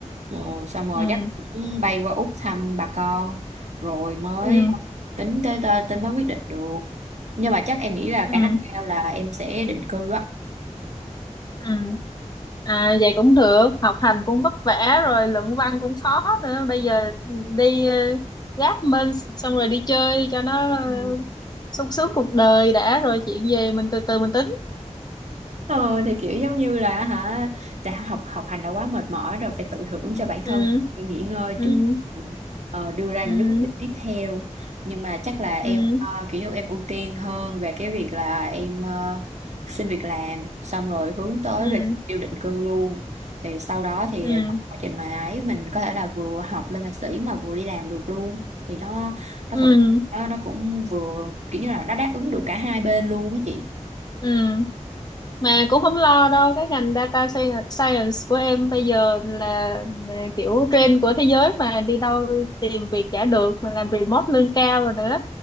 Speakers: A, on the right; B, on the left.
A: ờ, xong rồi
B: ừ
A: chắc cũng bay qua Úc thăm bà con rồi mới
B: ừ
A: tính tới tới, tới mới quyết định được nhưng mà chắc em nghĩ là
B: ừ
A: khả năng cao là em sẽ định cư á
B: ừ À vậy cũng được, học hành cũng vất vả rồi luận văn cũng khó nữa. Bây giờ đi ờ, gáp minh xong rồi đi chơi cho nó ờ,
A: Ừ.
B: sung sướng cuộc đời đã rồi chuyện về mình từ từ mình tính.
A: Ờ thì kiểu giống như là hả đã học học hành đã quá mệt mỏi rồi phải tự thưởng cho bản
B: ừ
A: thân nghỉ ngơi
B: ừ
A: trước để ờ, đưa ra
B: ừ
A: những cái quyết định tiếp theo nhưng mà chắc là em
B: ừ
A: ờ, kiểu như em ưu tiên hơn về cái việc là em ờ, xin việc làm xong rồi hướng tới
B: ừ
A: về
B: ừ.
A: tiêu định cư luôn thì sau đó thì
B: ừ
A: trong quá trình mà ấy mình có thể là vừa học lên thạc sĩ mà vừa đi làm được luôn thì nó nó
B: ừ
A: thuận nó nó cũng vừa kiểu như là nó đáp ứng được cả hai bên luôn á chị
B: ừ mà cũng không lo đâu cái ngành data sci- science của em bây giờ là là kiểu trend của thế giới mà đi đâu tìm việc chả được mà làm remote lương cao rồi nữa